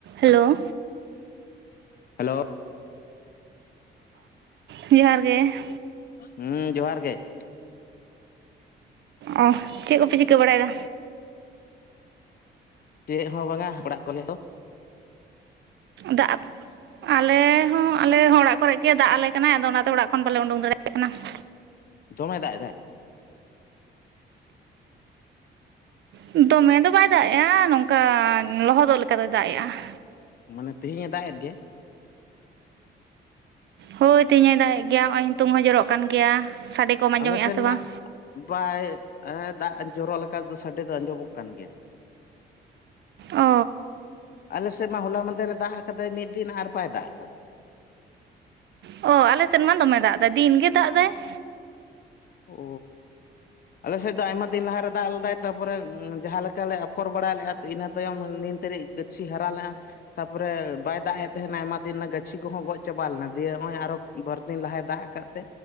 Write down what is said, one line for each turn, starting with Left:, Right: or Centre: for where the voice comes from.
Right: ᱦᱮᱞᱳ ᱾
Left: ᱦᱮᱞᱳ ᱾
Right: ᱡᱚᱦᱟᱨ ᱜᱮ ᱾
Left: ᱦᱩᱸ, ᱡᱚᱦᱟᱨ ᱜᱮ ᱾
Right: ᱚᱻ ᱪᱮᱫ ᱠᱚᱯᱮ ᱪᱤᱠᱟᱹ ᱵᱟᱲᱟᱭᱮᱫᱟ?
Left: ᱪᱮᱫ ᱦᱚᱸ ᱵᱟᱝᱟ ᱚᱲᱟᱜ ᱠᱚᱨᱮ ᱫᱚ᱾
Right: ᱫᱟᱜ ᱟᱞᱮ ᱦᱚᱸ-ᱟᱞᱮ ᱦᱚᱸ ᱚᱲᱟᱜ ᱠᱚᱨᱮ ᱜᱮ, ᱫᱟᱜ ᱟᱞᱮ ᱠᱟᱱᱟᱭ ᱟᱫᱚ ᱚᱱᱟ ᱛᱮ ᱚᱲᱟᱜ ᱠᱷᱚᱱ ᱵᱟᱞᱮ ᱩᱰᱩᱝ ᱫᱟᱲᱮᱭᱟᱜ ᱠᱟᱱᱟ ᱾
Left: ᱫᱚᱢᱮ ᱫᱟᱜ ᱮᱫᱟᱭ ᱾
Right: ᱫᱚᱢᱮ ᱫᱚ ᱵᱟᱭ ᱫᱟᱜ ᱮᱜᱼᱟ, ᱱᱚᱝᱠᱟ ᱞᱚᱦᱚᱫᱚᱜ ᱞᱮᱠᱟ ᱫᱚᱭ ᱫᱟᱜ ᱮᱜᱼᱟ ᱾
Left: ᱢᱟᱱᱮ ᱛᱮᱦᱮᱧ ᱮ ᱫᱟᱜ ᱮᱫ ᱜᱮ ᱾
Right: ᱦᱳᱭ, ᱛᱮᱦᱮᱧ ᱮ ᱫᱟᱜᱮᱜ ᱜᱮᱭᱟ ᱱᱚᱜᱼᱚᱭ ᱱᱤᱛᱚᱝ ᱦᱚᱸ ᱡᱚᱨᱚᱜ ᱠᱟᱱ ᱜᱮᱭᱟ ᱥᱟᱰᱮ ᱠᱚᱢ ᱟᱸᱡᱚᱢᱮᱫᱼᱟ
Left: ᱟᱞᱮ ᱥᱮᱱ
Right: ᱥᱮ ᱵᱟᱝ
Left: ᱢᱟ ᱵᱟᱭ ᱫᱟᱜ ᱡᱚᱨᱚ ᱞᱮᱠᱟ ᱫᱚ ᱥᱟᱰᱮ ᱫᱚ ᱟᱸᱡᱚᱢᱚᱜ ᱠᱟᱱ ᱜᱮᱭᱟ ᱾
Right: ᱚ ᱾
Left: ᱟᱞᱮ ᱥᱮᱫ ᱢᱟ ᱦᱚᱞᱟ ᱢᱟᱸᱦᱫᱮᱨ ᱮ ᱫᱟᱜ ᱟᱠᱟᱫᱟᱭ ᱢᱤᱫ ᱫᱤᱱ ᱟᱨ ᱵᱟᱭ ᱫᱟᱜ ᱟᱠᱟᱫᱟ ᱾
Right: ᱚ ᱟᱞᱮ ᱥᱮᱫ ᱢᱟ ᱫᱚᱢᱮ ᱫᱟᱜ ᱮᱫᱟ ᱫᱤᱱ ᱜᱮ ᱫᱟᱜ ᱫᱟᱭ ᱾
Left: ᱚ ᱾ ᱟᱞᱮ ᱥᱮᱫ ᱫᱚ ᱟᱭᱢᱟ ᱫᱤᱱ ᱞᱟᱦᱟᱨᱮ ᱫᱟᱜ ᱞᱮᱫᱟᱭ ᱛᱟᱨᱯᱚᱨᱮ ᱡᱟᱦᱟᱸ ᱞᱮᱠᱟ ᱞᱮ ᱟᱯᱷᱚᱨ ᱵᱟᱲᱟ ᱞᱮᱜᱼᱟ ᱤᱱᱟᱹ ᱛᱟᱭᱚᱢ ᱱᱤᱱ ᱛᱟᱹᱨᱤᱡ ᱜᱟᱹᱪᱷᱤ ᱦᱟᱨᱟ ᱞᱮᱜᱼᱟ ᱛᱟᱯᱚᱨᱮ ᱵᱟᱭ ᱫᱟᱜ ᱮᱫ ᱛᱟᱦᱮᱱᱟ ᱟᱭᱢᱟ ᱫᱤᱱ ᱨᱮᱱᱟᱜ ᱜᱟᱹᱪᱷᱤ ᱠᱚᱦᱚᱸ ᱜᱚᱡ ᱪᱟᱵᱟ ᱞᱮᱱᱟ ᱫᱤᱭᱮ ᱱᱚᱜᱼᱚᱭ ᱟᱨ ᱵᱟᱨᱫᱤᱱ ᱞᱟᱦᱟᱭ ᱫᱟᱜ ᱟᱠᱟᱫ ᱛᱮ